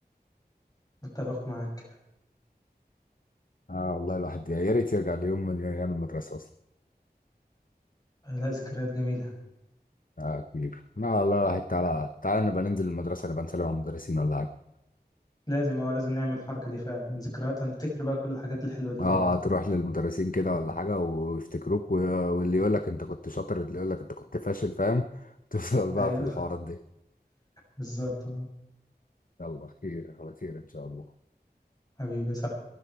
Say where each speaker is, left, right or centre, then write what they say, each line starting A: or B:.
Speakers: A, on the left; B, on the left.
A: متفق معاك
B: اه والله الواحد يا ريت يرجع ليوم من ايام المدرسه اصلا
A: لا ذكريات جميلة
B: اه كبير لا والله الواحد تعالى تعالى نبقى ننزل المدرسه نبقى نسلم على المدرسين ولا حاجه
A: لازم اه لازم نعمل الحركة دي فعلا ذكريات هنفتكر بقى كل الحاجات الحلوة دي
B: اه
A: تاني
B: تروح للمدرسين كده ولا حاجة ويفتكروك و- واللي يقول لك انت كنت شاطر اللي يقول لك انت كنت فاشل فاهم <laughs> تفضل بقى
A: ايوه
B: في الحوارات
A: <laughs>
B: دي
A: بالظبط اه.
B: يلا خير على خير ان شاء الله
A: حبيبي صح